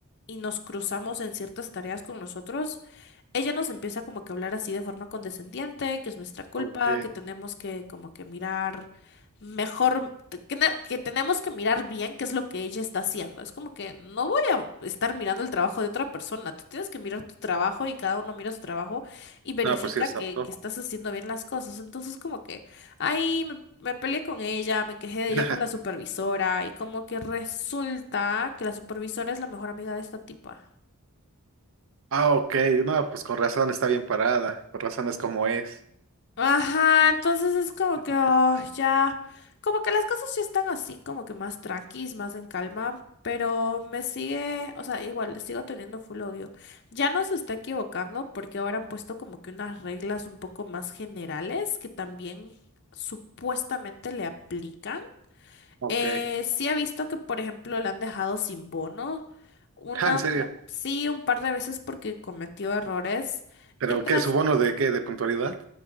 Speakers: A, on the left; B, on the right.
A: y nos cruzamos en ciertas tareas con nosotros, ella nos empieza como que a hablar así de forma condescendiente, que es nuestra culpa,
B: Ok.
A: que tenemos que como que mirar mejor, que, na- que tenemos que mirar bien qué es lo que ella está haciendo. Es como que no voy a estar mirando el trabajo de otra persona, tú tienes que mirar tu trabajo y cada uno mira su trabajo y verifica
B: No, pues sí, es
A: que,
B: apto.
A: que estás haciendo bien las cosas. Entonces como que ahí me, me peleé con ella, me quejé de
B: <laughs>
A: ella con la supervisora y como que resulta que la supervisora es la mejor amiga de esta tipa.
B: Ah, ok. No, pues con razón está bien parada. Con razón es como es.
A: Ajá, entonces es como
B: <laughs>
A: que oh, ya, como que las cosas ya están así, como que más tranquis, más en calma, pero me sigue, o sea, igual le sigo teniendo full odio. Ya no se está equivocando porque ahora han puesto como que unas reglas un poco más generales que también supuestamente le aplican.
B: Ok.
A: Eh, sí he visto que, por ejemplo, le han dejado sin bono, una,
B: Ah, ¿en serio?
A: sí, un par de veces porque cometió errores.
B: ¿Pero
A: Y otras
B: qué? ¿Su bono de qué? ¿De puntualidad?